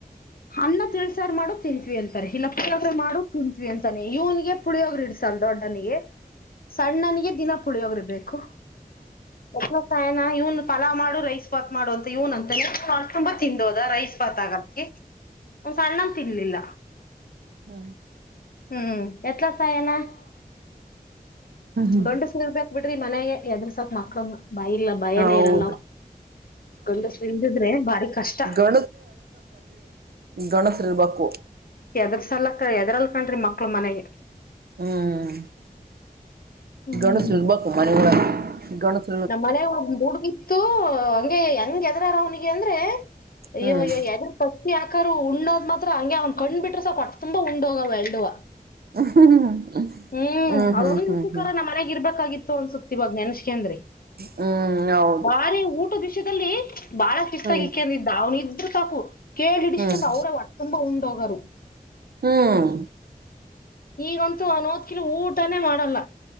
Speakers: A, on the left (about 70°); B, on the right (about 85°).
A: ಅನ್ನ ತಿಳ್ಸಾರ್ ಮಾಡು ತಿಂತತ್ವಿ ಅಂತರೆ ಇಲ್ಲ ಪುಳಿಯೋಗರೆ ಮಾಡು ತಿಂತ್ವಿ ಅಂತ ಇವನಿಗೆ ಪುಳಿಯೋಗ್ರ ಇಡ್ಸಲ್ ದೊಡ್ಡನಿಗೆ ಸಣ್ಣನಿಗೆ ದಿನ ಪುಳಿಯೋಗ್ರಿ ಬೇಕು <unintelligible> ಎಸಾಯನ ಇವನ್ ಪಲಾವ ಮಾಡು ರೈಸ್ ಭಾತ್ ಮಾಡು ಅಂತ ಇವನ್ ಅಂತ ತುಂಬಾ ತಿನ್ದೋದ ರೈಸ್ ಪತಾಗಕ್ಕೆ ಅವನೂ ಸಣ್ಣವನು ತಿಂಲಿಲ್ಲ
B: ಹ್ಮ
A: ಹ್ಮ್ <unintelligible>
B: ಹ್ಮ್
A: ಇರ್ಬೇಕಕ್ ಬಿಡ್ರಿ ಮನೆಗೆ ಎದ್ರ ಸಕ್ತ್ ಮಕ್ಳಂದ ಬೈ ಇಲ್ಲ ಭಯನೇ
B: ಹೌದು
A: ಇರಲ್ಲ ಗಂಡಸರು ಇಲ್ಲದಿದ್ರೆ ಬಾರಿ ಕಷ್ಟ
B: ಅ <unintelligible> <unintelligible> ಗಂಡಸರು ಇರ್ಬೇಕು
A: ಎದ್ರ ಸಕ್ಕ ಎದ್ರಲ್ ಕಣ್ರಿ ಮಕ್ಳ ಮನೆಗೆ
B: ಹ್ಮ್
A: ಹ್ಮ್
B: ಗಂಡಸರು ಇರ್ಬೇಕು ಮನೆಗಳಲ್ಲಿ ಗಂಡಸರು
A: ನಮ್ಮ್ ಮನೆ ಒ ಹುಡ್ಗಿತ್ತು ಹಂಗೆ ಹೆಂಗ ಎದ್ರಾರ ಅವನಿಗೆ ಅಂದ್ರೆ ಅಯ್ಯೋಯ್ಯೋ
B: ಹ್ಮ್
A: ಯಾರು ಪಚ್ಚಿಕರು ಉಣ್ಣದ್ ಮಾತ್ರ ಹಂಗೆ ಅವ್ನ್ ಕಂಡ್ ಬಿಟ್ರ ಸಾಕಟ್ಟ ತುಂಬಾ ಉಂಡೋಗ್ ಎಲ್ಡವ
B: ಹ್ಮ್
A: ಹ್ಮ್ ಅದೊಂದ್
B: ಹ್ಮ್ ಹ್ಮ್ ಹ್ಮ್
A: ನಿಚಿಕರ
B: ಹ್ಮ್
A: ನಮ್ಮ ಮನೆಗೆ ಇರ್ಬೇಕಾಗಿತ್ತು ಅನ್ಸುತ್ತೆ ಇವಾಗ ನೆನಸುಕೊಂಡ್ರೆ
B: ಹ್ಮ್ ಹೌದು
A: ಬಾರಿ ಊಟದ ವಿಷಯದಲ್ಲಿ ಬಾಳ ಶಿತ್ತಾಗಿಕ್ಕಂದಿದ್ದ
B: ಹ್ಮ್
A: ಅವ್ನಿದ್ರು ಸಾಕು ಕೇಳಿ ಹಿಡಿಸಕಂತ
B: ಹ್ಮ್
A: ಅವ್ರೇ ಒಟ್ ತುಂಬಾ ಉಂಡೋಗರು
B: ಹ್ಮ್
A: ಈಗಂತೂ ಅವ ನೋದ್ಕಿಲ ಊಟನೇ ಮಾಡಲ್ಲ